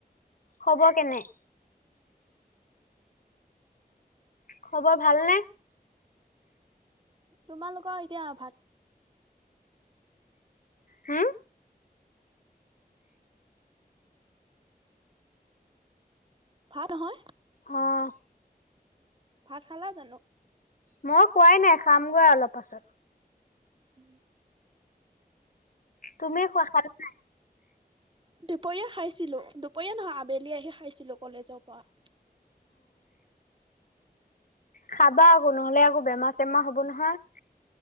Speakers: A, on the left (about 55°); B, on the right (about 30°).
A: খবৰ কেনে? খবৰ ভালনে?
B: তোমালোকৰ এতিয়া ভাত
A: হা
B: ভাতঁ নহয়
A: অহ
B: ভাত খালা জানো
A: মই খোৱাই নাই খামগৈ অলপ পাছত
B: উম <unintelligible>
A: তুমি খোৱা খালা নাই
B: দুপৰীয়া খাইছিলো দুপৰীয়া নহয় আবেলি আহি খাইছিলো কলেজৰ পৰা
A: খাবা আকৌ নহলে আকৌ বেমাৰ চেমাৰ হ'ব নহয়